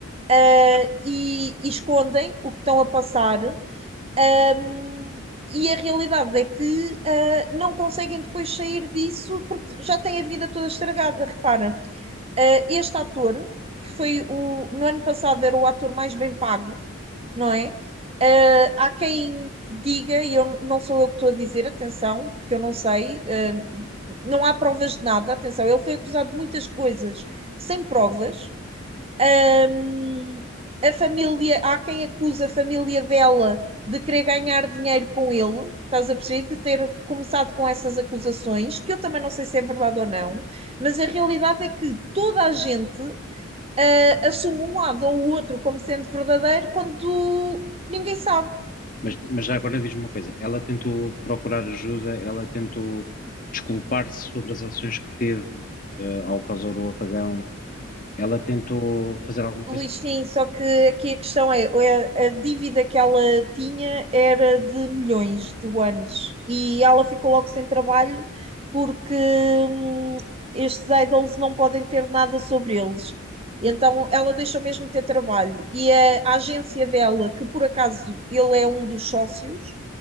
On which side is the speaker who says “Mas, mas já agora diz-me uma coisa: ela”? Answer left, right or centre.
Left